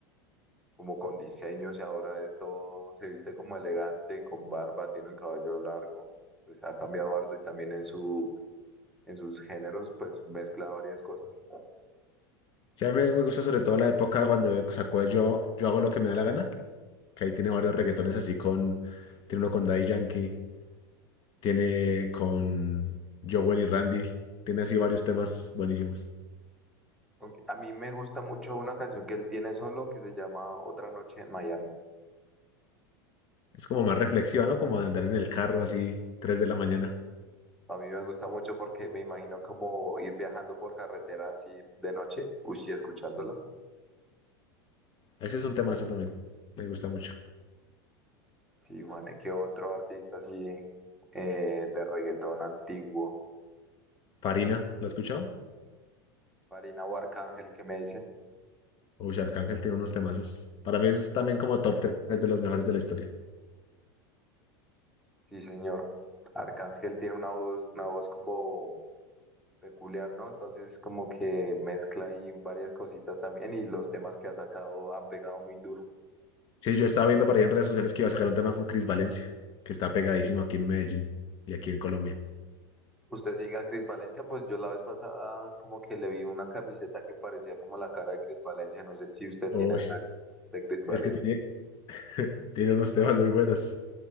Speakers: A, in the centre; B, on the left.
A: como con diseños y ahora es todo, se viste como elegante, con barba, tiene el cabello largo, pues ha cambiado harto y también en su, en sus géneros pues mezcla varias cosas.
B: Sí, a mí me me gusta sobre todo la época cuando sacó el Yo, Yo hago lo que me da la gana, que ahí tiene varios reggaetones así con, tiene uno con Daddy Yankee, tiene con Jowell y Randy, tiene así varios temas buenísimos.
A: Aunque a mí me gusta mucho una canción que él tiene solo que se llama Otra noche en Miami.
B: Es como más reflexiva, ¿no? Como de andar en el carro así, 3 de la mañana.
A: A mí me gusta mucho porque me imagino como ir viajando por carretera así de noche, uchi, escuchándola.
B: Ese es un temazo también. Me gusta mucho.
A: Sí, Juan, ¿qué otro artista así eh, de reggaetón antiguo?
B: Farina, ¿lo has escuchado?
A: Marina o Arcángel, ¿qué me dice?
B: Uy, Arcángel tiene unos temazos. Para mí es también como top 3 de los mejores de la historia.
A: Sí, señor. Arcángel tiene una voz, una voz como peculiar, ¿no? Entonces como que mezcla ahí varias cositas también y los temas que ha sacado han pegado muy duro.
B: Sí, yo estaba viendo por ahí en redes sociales que iba a sacar un tema con Chris Valencia, que está pegadísimo aquí en Medellín y aquí en Colombia.
A: Usted sigue a Cris Valencia, pues yo la vez pasada como que le vi una camiseta que parecía como la cara de Cris Valencia. No sé si usted
B: Uy,
A: tiene el mal de Cris Valencia.
B: es que tiene, <laughs> tiene unos temas muy buenos.